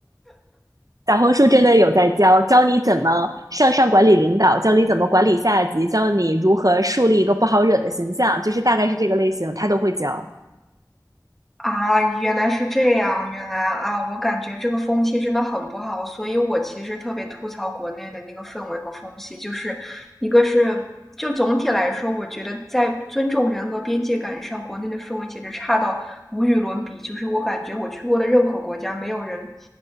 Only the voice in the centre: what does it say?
啊，原来是这样，原来啊，我感觉这个风气真的很不好，所以我其实特别吐槽国内的那个氛围和风气，就是一个是就总体来说，我觉得在尊重人和边界感上，国内的氛围简直差到无与伦比，就是我感觉我去过的任何国家，没有人。